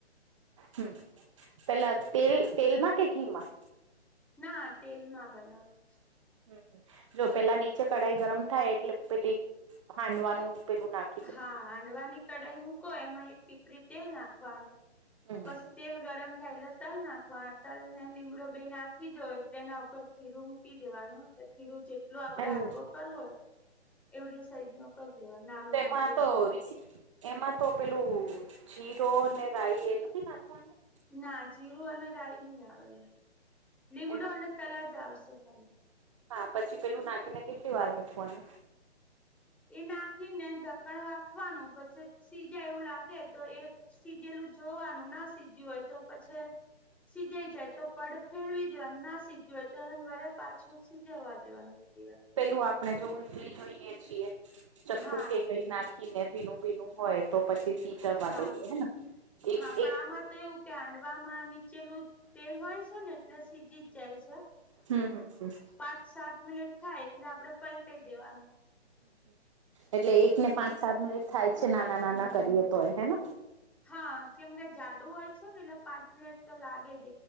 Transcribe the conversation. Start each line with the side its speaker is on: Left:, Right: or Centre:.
Right: હા, પહેલાં
Centre: એટલે
Right: તેલમાં કે ઘીમાં?
Centre: ના તેલ માં બનાવે.
Right: હમ, જો પેલા નીચે કઢાઈ ગરમ થાય એટલે પેલી હાંડવાનું પેલું નાખે
Centre: હા હાંડવાની કઢાઈ મૂકો એમાં એક પીપરી તેલ નાખવાનું.
Right: હમ
Centre: પછ તેલ ગરમ થયલા તલ નાખવાના તલ ને લીમડો બે નાખી દો એટલે એના ઉપર ખીરું મૂકી દેવાનું એટલે ખીરું જે એટ આપડે
Right: અને
Centre: હાડવો કર હોય, એવડી સાઈ નો કરી દેવા નાનો
Right: તેમાં
Centre: મોટો
Right: તો
Centre: જે
Right: એમાં તો પેલું જીરો રઈ એ નથી નાખવાનું?
Centre: ના જીરું અને રાય નહી આવે, લીમડું
Right: એમાં
Centre: અને તલાજ આવશે ખાલી.
Right: હા પછી પેલું નાખીને કેટલી વાર મૂકવાનું?
Centre: એ નાખીને ઢક્કણ વાખવાનું પછી સીજાય એવું લાગે તો એ સીજેલું જોવાનું ના સીજ્યું હોય તો પછે સીજાઈ જાય તો પડ ફેરવી દેવાનું ના સીજ હોય તો એ વરે પાછું સીજવવા દેવાનું. છે.
Right: પેલું આપણે જોવું ટલી જોઈએ છીએ, ચક્કુ
Centre: હા
Right: કે
Centre: એ
Right: કઈ
Centre: રીતે
Right: નાખ કીને ભીનું ભીનું હોય તો પછી વાતાએ
Centre: હા
Right: હે એક
Centre: હા પણ
Right: એક
Centre: આમાં તો એવું કે હાંડવામાં નીચેનું તેલ હોય છે ને એટલે સીજી જ જાય છે
Right: હમ્મ હમ્મ.
Centre: પાંચ સાત મિનિટ થાય એટલે આપડે પલટાઈ દેવાનું
Right: એટલે એક ને પાચ પાંચ સાત મિનિટ થાય છે નાના નાના કરીએ તો એ હે ના.
Centre: હા કેમ કે જાડુ હોય છે ને એટલે પાંચ મિનિટ તો લાગે જ